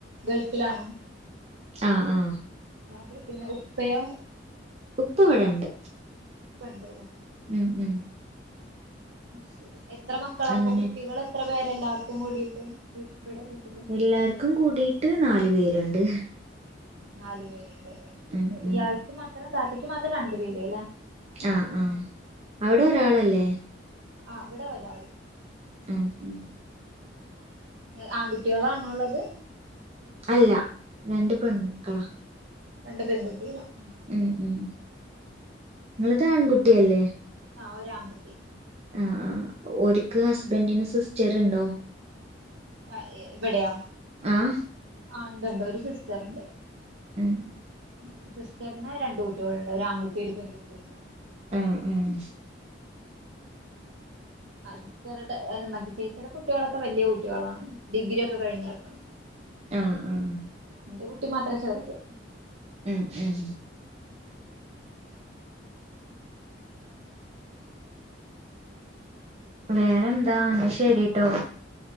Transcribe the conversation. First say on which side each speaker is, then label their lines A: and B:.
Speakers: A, on the right; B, on the right.
A: ഗൾഫിലാണോ.
B: ആഹ് ആഹ്.
A: അത് പിന്നെ ഉപ്പയോ.
B: ഉപ്പവടണ്ട്
A: ഉപ്പണ്ടല്ലോ
B: ഉം ഉം.
A: അഹ് സരി എത്ര മക്കളാ
B: അങ്ങനെയാണ്
A: പ്പ കുട്ടികളെത്ര പേരെല്ലാവർക്കും കൂടീട്ട് ഇവടെ വീട്ടില്.
B: എല്ലാര്ക്കും കൂടീട്ട് നാല് പേരുണ്ട്.
A: നാലു പേരുണ്ട്
B: ഉം
A: അ
B: ഉം
A: ഇയാൾക്ക് മാത്രം താത്തയ്ക്ക് മാത്രം രണ്ടു പേര് അല്ലേ.
B: ആഹ് ആഹ് അവിടെ ഒരാളല്ലേ.
A: ആ അവിടെ ഒരാള്
B: ഉം ഉം.
A: എ ആൺകുട്ട്യോളാണോള്ളത്.
B: അല്ല രണ്ട് പെൺമുക്കളാ.
A: രണ്ട് പെൺകുട്ടികളാ ഉം.
B: ഉം ഉം ങ്ങള്താൺകുട്ടിയല്ലേ.
A: ആഹ് ഒരാങ്കുട്ടി.
B: ആഹ് ആഹ് ഓര്ക്ക് ഹസ്ബന്റിന് സിസ്റ്ററ്ണ്ടോ.
A: അ ഇ വടെയോ.
B: ആഹ്.
A: ആഹ് ണ്ട് ണ്ട് ഒരു സിസ്റ്ററ്ണ്ട്
B: ഉം
A: ഉം സിസ് റ്റർന് രണ്ട് കുട്ടികളുണ്ട് ഒരാങ്കുട്ടി ഒരു പെങ്കുട്ടിയുണ്ട്.
B: ആഹ് ആഹ്.
A: അ സിസ്റ്ററ്ടെ അത് മറ്റേ ചേച്ചിയുടെ കുട്ട്യോളൊക്കെ വല്ല്യ കുട്ട്യോളാണ് ഡിഗ്രി ഒക്കെ കഴിഞ്ഞർക്കണ്.
B: ആഹ് ആഹ്.
A: ന്റെ കുട്ടി മാത്രേ ചെറ്ത്.
B: ഉം ഉം. വേറെന്താ എന്നാ ശരിട്ടോ
A: ഹലോ